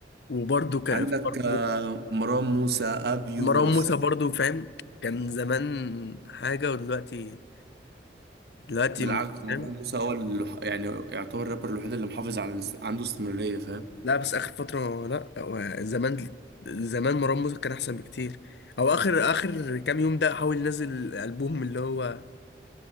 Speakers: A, on the left (about 70°); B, on the right (about 65°).
A: وبرده كان
B: عندك
A: في
B: آه،
A: مروان
B: مروان موسى ابيو
A: مروان
B: بس
A: موسى
B: أنا
A: برضه فاهم كان زمان حاجة ودلوقتي دلوقتي
B: بالعكس
A: مش
B: مروان
A: فاهم
B: موسى هو اللي يعني يعتبر الرابر الوحيد اللي محافظ على الاست- عنده استمرارية فاهم
A: لا بس آخر فترة لا هو زمان زمان مروان موسى كان أحسن بكتير أو آخر آخر كام يوم ده حاول ينزل ألبوم اللي هو